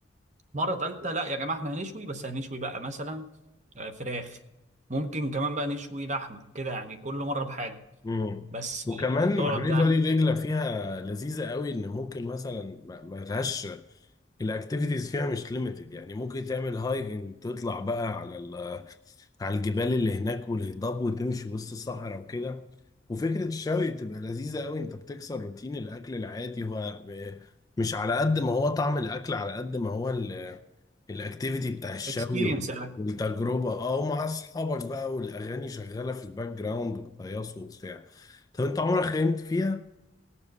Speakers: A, on the right; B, on the left.
A: مرة تالتة لا يا جماعة احنا هنشوي بس هنشوي بقى مثلا آه، فراخ ممكن كمان بقى نشوي لحمة كده يعني كل مرة بحاجة
B: مم.
A: بس
B: وكمان
A: آه، تقعد
B: محمية
A: بقى
B: وادي دجلة فيها لذيذة قوي ان ممكن مثلا ما ما لهاش الاكتيفيتيز فيها مش ليميتد يعني ممكن تعمل هايكنج تطلع بقى على ال- على الجبال اللي هناك والهضاب وتمشي وسط الصحراء وكده وفكرة الشوي بتبقى لذيذة قوي انت بتكسر روتين الاكل العادي هو م- مش على قد ما هو طعم الاكل على قد ما هو الاكتيفيتي بتاع الشوي
A: اكسبيرينس الأكل
B: والتجربه اه ومع اصحابك بقى والاغاني شغاله في الباك جراوند وبتهيصوا وبتاع طب انت عمرك خيمت فيها؟